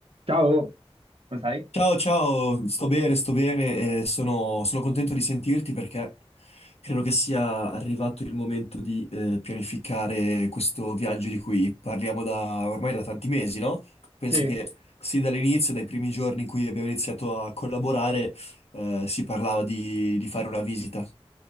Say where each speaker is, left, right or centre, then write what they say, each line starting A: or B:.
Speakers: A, on the right; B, on the left.
A: Ciao, come stai?
B: Ciao, ciao, sto bene, sto bene e sono, sono contento di sentirti perché credo che sia arrivato il momento di eh, pianificare questo viaggio di cui parliamo da ormai da tanti mesi, no? Penso
A: Sì,
B: che sin dall'inizio, dai primi giorni in cui abbiamo iniziato a collaborare, eh, si parlava di, di fare una visita.